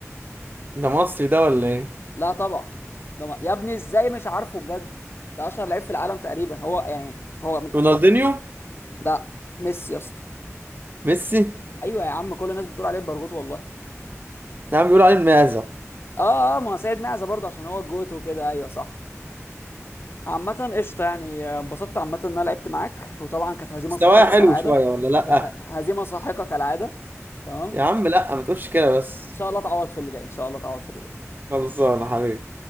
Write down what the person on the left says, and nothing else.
لا طبعا ده ما... يا ابني ازاي مش عارفه بجد ده اشهر لعيب في العالم تقريبا هو يعني هو من...
لا ميسي يا اسطى
ايوه يا عم كل الناس بتقول عليه البرغوت والله
اه اه ما هو سيد معزه برضه عشان هو الجوت وكده ايوه صح عامة قشطة يعني آه، اتبسطت عامة ان انا لعبت معاك وطبعا كانت هزيمة
ساحقة
كالعادة
كانت ه- هزيمة ساحقة كالعادة تمام
ان شاء الله تعوض في اللي جاي ان شاء الله تعوض في اللي جاي